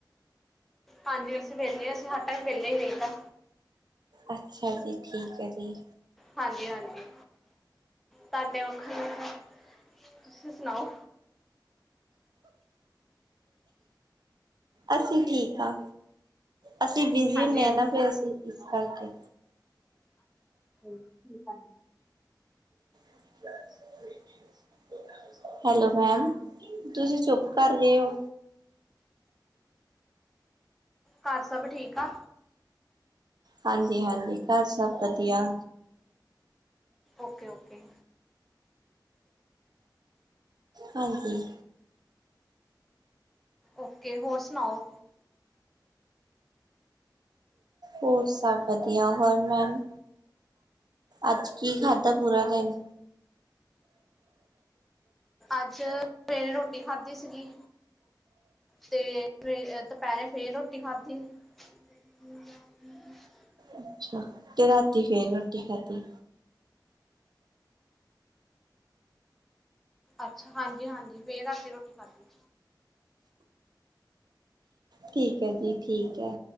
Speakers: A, in the centre; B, on the right (about 65°).
A: ਹਾਂਜੀ। ਅਸੀਂ, ਵਿਹਲੇ ਆ। ਅਸੀਂ ਹਰ, ਟਾਈਮ ਵਿਹਲੇ ਹੀ, ਰਹਿੰਦਾ।
B: ਅੱਛਾ ਜੀ। ਠੀਕ ਹੈ ਜੀ।
A: ਹਾਂਜੀ-ਹਾਂਜੀ। ਤੁਹਾਡੇ ਵਖਣ, ਤੁਸੀਂ ਸੁਣਾਓ?
B: ਅਸੀਂ, ਠੀਕ ਆ। ਅਸੀਂ ਬਿਜੀ,
A: ਹਾਂਜੀ
B: ਹੁੰਣੇ
A: ਹਾਂਜੀ
B: ਹਾਂ ਨਾ। ਫੇਰ, ਅਸੀਂ ਇਸ ਕਰਕੇ।
A: ਹਾਂਜੀ, ਠੀਕ ਹੈ।
B: <inaudible> ਹੈਲੋ ਮੈਮ, ਤੁਸੀਂ, ਚੁੱਪ ਕਰ ਗਏ ਹੋ?
A: ਘਰ, ਸਭ ਠੀਕ ਆ?
B: ਹਾਂਜੀ- ਹਾਂਜੀ, ਘਰ ਸਭ ਵਧੀਆ।
A: Okay- okay.
B: ਹਾਂਜੀ।
A: ਓਕੇ, ਹੋਰ ਸੁਣਾਓ?
B: ਹੋਰ ਸਭ ਵਧੀਆ। ਹੋਰ ਮੈਮ? ਅੱਜ ਕੀ, ਖਾਧਾ ਪੂਰਾ ਦਿਨ।
A: ਅੱਜ, ਸਵੇਰੇ ਰੋਟੀ ਖਾਧੀ ਸੀਗੀ। ਤੇ ਫ ਦੁਪਹਿਰੇ, ਫੇਰ ਰੋਟੀ ਖਾਧੀ। <unintelligible>
B: ਅੱਛਾ। ਤੇ, ਰਾਤੀ ਫੇਰ ਰੋਟੀ ਖਾਧੀ।
A: ਅੱਛਾ। ਹਾਂਜੀ- ਹਾਂਜੀ, ਫ ਰਾਤੀ ਰੋਟੀ ਖਾਧੀ।
B: ਠੀਕ ਹੈ ਜੀ। ਠੀਕ ਹੈ।